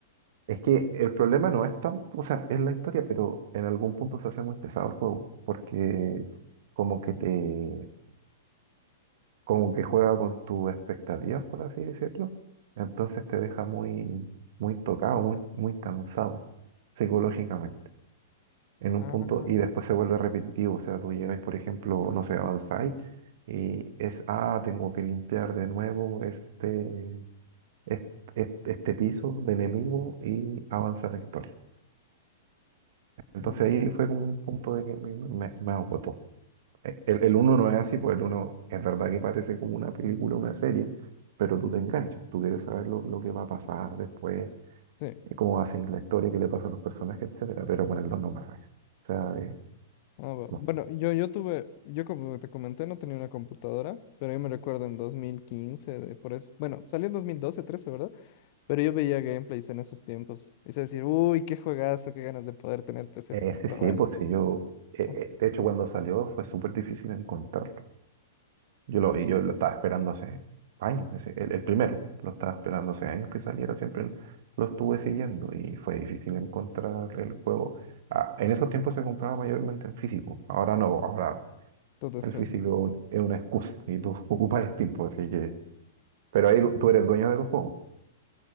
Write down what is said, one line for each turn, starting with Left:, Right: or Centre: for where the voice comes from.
Right: Es que el problema no es tan, o sea, es la historia, pero en algún punto se hace muy pesado el juego, porque como que te, como que juega con tus expectativas, por así decirlo, entonces te deja muy, muy tocado, muy, muy cansado psicológicamente, en un
Left: Ah,
Right: punto, y después se vuelve repetitivo, o sea, tú llegas, por ejemplo, no sé, avanzáis, y es, ah, tengo que limpiar de nuevo este, este, este este piso de enemigo y avanza la historia. Entonces
Left: mm,
Right: ahí fue como un punto de que me, me- me agotó. Eh, El, el uno no es así, pues el uno es verdad que parece como una película, una serie, pero tú te enganchas, tú quieres saber lo, lo que va a pasar después,
Left: sí.
Right: eh, cómo va a seguir la historia, qué le pasa a los personajes, etcétera, pero con el dos no pasa eso. O sea, eh,
Left: Ah, bu-
Right: no.
Left: bueno, yo, yo tuve, yo como te comenté, no tenía una computadora, pero yo me recuerdo en 2015, de por eso, bueno, salió en 2012, 13, ¿verdad? Pero yo veía gameplays en esos tiempos. Y se decir, uy, qué juegazo, qué ganas de poder tener PC
Right: Ese
Left: para probarlo.
Right: sí, pues sí, yo, eh,
Left: ¿no?
Right: eh, de hecho cuando salió fue súper difícil encontrarlo. Yo lo, y yo lo estaba esperando hace años, ese- el, el primero, lo estaba esperando hace años que saliera, siempre lo estuve siguiendo y fue difícil encontrar el juego. Ah, en esos tiempos se compraba mayormente en físico, ahora no, ahora
Left: Todo Steam
Right: el físico es una excusa y tú <laughs> ocupas el tiempo, así que... Pero ahí tú eres dueño de los juegos,